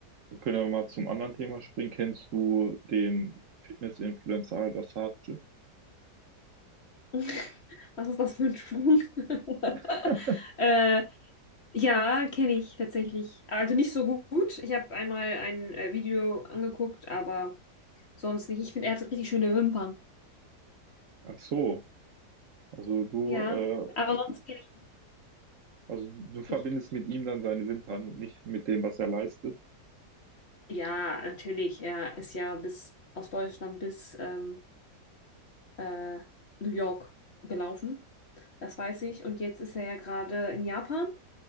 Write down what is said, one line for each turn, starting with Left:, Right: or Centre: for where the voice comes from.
Right: wir können ja mal zum anderen Thema springen, kennst du den Fitness-Influencer Al-Dassaadje?
Left: <laughs> Was ist das für ein Sprung? <laughs>
Right: <laughs>
Left: äh, ja, kenne ich tatsächlich. Also nicht so gut. Ich habe einmal ein äh, Video angeguckt, aber Sonst nicht. Ich finde, er hat richtig schöne Wimpern.
Right: Ach so, also du,
Left: Ja,
Right: äh,
Left: aber sonst kenne ich
Right: also du verbindest
Left: ihn nicht.
Right: mit ihm dann seine Wimpern und nicht mit dem, was er leistet.
Left: Ja, natürlich. Er ist ja bis aus Deutschland bis ähm, äh, New York gelaufen. Das weiß ich. Und jetzt ist er ja gerade in Japan